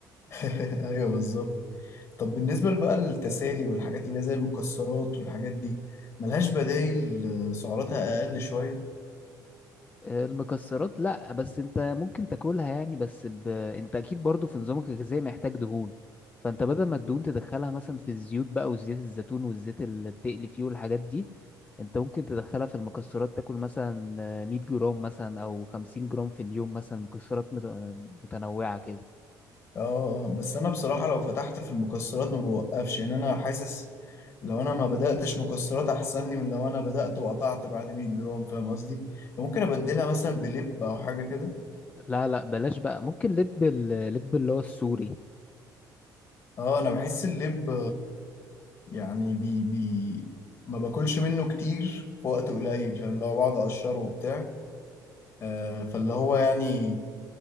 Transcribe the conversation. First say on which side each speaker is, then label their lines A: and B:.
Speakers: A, on the left; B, on the left.
A: <laughs> ايوه بالظبط طب بالنسبة بقى للتسالي والحاجات اللي هي زي المكسرات والحاجات دي ملهاش بدايل آه، سعراتها أقل شوية
B: آه، المكسرات لا بس انت ممكن تاكلها يعني بس ب... انت اكيد برضو في نظامك الغذائي محتاج دهون فانت بدل ما الدهون تدخلها مثلا في الزيوت بقى وزيت الزيتون والزيت اللي بتقلي فيه والحاجات دي انت ممكن تدخلها في المكسرات تاكل مثلا آه، 100 جرام مثلا او 50 جرام في اليوم مثلا مكسرات مت- متنوعة كده
A: اه آه، بس أنا بصراحة لو فتحت في المكسرات ما بوقفش يعني أنا حاسس لو أنا ما بدأتش مكسرات أحسن لي من لو أنا بدأت وقطعت بعد 100 جرام فاهم قصدي؟ فممكن أبدلها مثلا بلب أو حاجة كده
B: لا لا بلاش بقى ممكن لب ال- لب اللي هو السوري
A: اه أنا بحس اللب يعني بي بي ما باكلش منه كتير في وقت قليل فاهم اللي هو بقعد اقشره وبتاع آه، فاللي هو يعني